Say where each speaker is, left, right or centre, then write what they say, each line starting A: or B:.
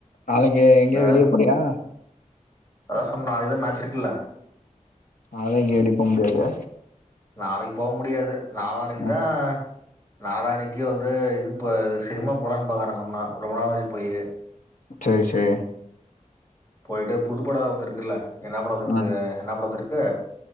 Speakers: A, on the left (about 80°); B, on the left (about 25°).
A: நாளைக்கு எங்கியது
B: வேற
A: வெளிய போறியா
B: அதா சொன்னோ அதுதா மேட்ச இருக்குல்ல
A: நாளைக்கு எப்டி போம்முடியது
B: நாளைக்கு போ முடியாது நாளானைக்கு
A: ம்
B: தா நாளானிக்கு வந்து இதுக்கு போ இ சினிமா போகலான்னு பாகக்கம்னா ரொம்ப நாளாச்சு போய்
A: சேரி சேரி
B: போயிட்டு புதுப்பட பாடி ஏது வந்திருக்குல்ல என்ன படம் இருக்கு
A: ம்
B: என்ன படம் வந்த இருக்கு